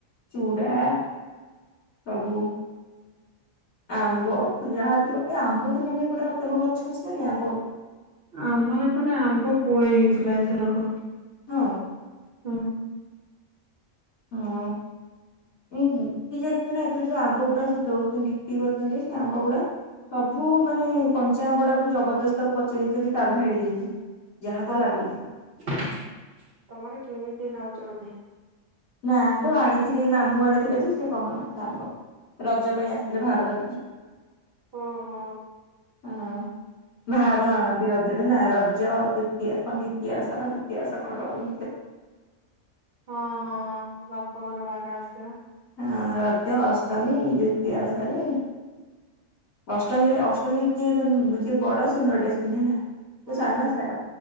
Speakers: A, on the left; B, on the right.
A: ଚୁଡା ସବୁ ଆମ୍ବ ଯାହା ଥିବ ଏ ଆମ୍ବ ତମର ସେପଟେ ଅତ୍ୟମ ଗଛ ଅଛି ନା ନାଇଁ ଆମ୍ବ
B: ଆମର ଏପଟେ ଆମ୍ବ ପୁଳେ ହେଇଥିଲା ଏଥରକ।
A: ହଁ।
B: ହଁ।
A: ହଁଁ ଏଇ ଜାଣିଛୁ ନା ଏଥର ଯୋଉ ଆମ୍ବ ଗୁଡା ଯୋଉ ଦଉଛନ୍ତି ବିକ୍ରି କରୁ ଛନ୍ତି ସେ ଆମ୍ବ ଗୁଡା ସବୁ ସବୁ ମାନେ କଞ୍ଚା ଆମ୍ବଡା କୁ ଜବରଦସ୍ତକୁ ପଚେଇ ଦେଇଛନ୍ତି କାର୍ଭ ହଡି ଦେଇକି। ଯାହା ତ
B: ହଁ
A: ଲାଗୁଛି
B: ବାସ <inaudible> ତମର କିମ କିି ଖାଉଛ ବୋଧେ।
A: ନା ଲୋ ଆଣିଥିଲି ମାମୁଁ ଆଣିଥିଲେ ଯେ ସେ କହନା ସେ ଆମ୍ବ ରଜ ପାଇଁ ଆସିଥିଲେ ଭାର ଧରିକି
B: ଓ ହୋ।
A: ହଁ। ବାହାର ଆଣନ୍ତି ରଜ ନା ରଜ ଦୂତି ଦିତିଆ <unintelligible> ଉଷା ନା କଣ ଦ୍ଵିତୀୟ ଆସା ନା ଦ୍ଵିତୀୟ ଆସା କଣ କର ସୋ
B: ହଁ ହଁ ବାପା ଘରୁ ଭାର ଆସିବ।
A: ହଁ ରଜ ଅଷ୍ଟମୀ ଦ୍ଵିତୀୟା ଉଷାରେ ଅଷ୍ଟମୀରେ ଅ ତମ କିଏ ଯିଏ ବଡ ସେ ନୂଆ ଡ୍ରେସ ପିନ୍ଧେ ନା। ତୁ
B: ହଁ
A: ସାନ ଛାଡ।